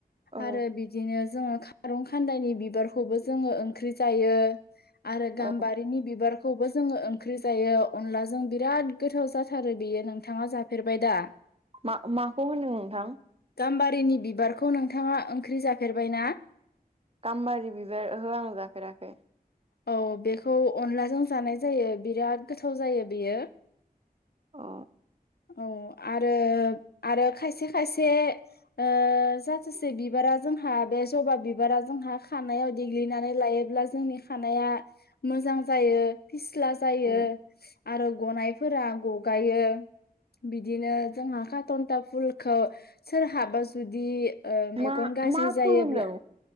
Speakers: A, on the right; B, on the left.
A: औ
B: आरो बिदिनो जोङो खारुं खान्दायनि बिबारखौबो जोङो ओंख्रि जायो। आरो गाम्बारिनि
A: औ
B: बिबारखौबो जोङो ओंख्रि जायो अनलाजों बिराद गोथाव जाथारो बियो नोंथाङा जाफेरबाय दा?
A: मा माखौ होनदों नोंथां?
B: गाम्बारिनि बिबारखौ नोंथाङा ओंख्रि जाफेरबाय ना?
A: गाम्बारि बिबार ओहो आं जाफेराखै।
B: औ बेखौ अनलाजों जानाय जायो बिराद गोथाव जायो बेयो।
A: अ
B: औ आरो आरो खायसे खायसे ओ जाथेसे बिबारा जोंहा बे जबा बिबारा जोंहा खानायाव देग्लिनानै लायोब्ला जोंनि खानाया मोजां जायो फिस्ला जायो।
A: उम
B: आरो गनायफोरा गगायो। बिदिनो जोंहा काटन्टा फुलखो सोरहाबा जुदि मेगन
A: मा
B: गाज्रि
A: मा
B: जायोब्ला
A: फुल होनदों